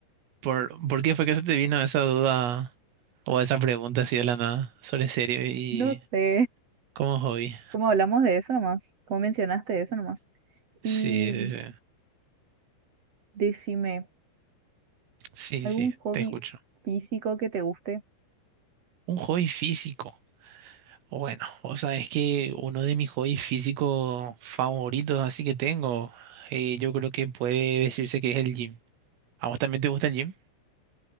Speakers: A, on the right; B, on the right.
A: por, ¿por qué fue que se te vino esa duda o esa pregunta así de la nada sobre serio y
B: No sé,
A: como hobby?
B: cómo hablamos de eso nomás, cómo mencionaste eso nomás. Y
A: Sí, sí, sí,
B: decime,
A: sí, sí,
B: ¿algún
A: sí,
B: hobby
A: te escucho.
B: físico que te guste?
A: Un hobby físico. Bueno, o sea, es que uno de mis hobbies físicos favoritos, así que tengo, eh, yo creo que puede decirse que es el gym. ¿A vos también te gusta el gym?